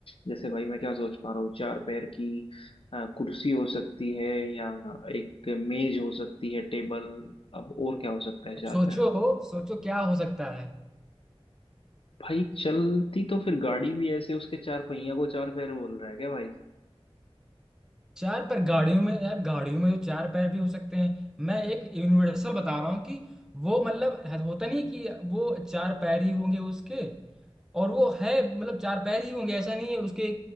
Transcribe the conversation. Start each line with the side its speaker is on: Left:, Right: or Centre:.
Left: जैसे भाई मैं क्या सोच पा रहा हूँ चार पैर की अ, कुर्सी हो सकती है या एक मेज हो सकती है टेबल अब और क्या हो सकता है
Centre: अब
Left: चार
Centre: सोचो
Left: पैर
Centre: सोचो क्या हो सकता है
Left: भाई चलती तो फिर गाड़ी भी ऐसे उसके चार पहिया को चार पैर बोल रहा है क्या भाई
Centre: चार पैर गाड़ियों में यार गाड़ियों में जो चार पैर भी हो सकते हैं मैं एक यूनिवर्सल बता रहा हूँ कि वो मतलब है- होता नहीं कि वो चार पैर ही होंगे उसके और वो है मतलब चार पैर ही होंगे ऐसा नहीं है उसके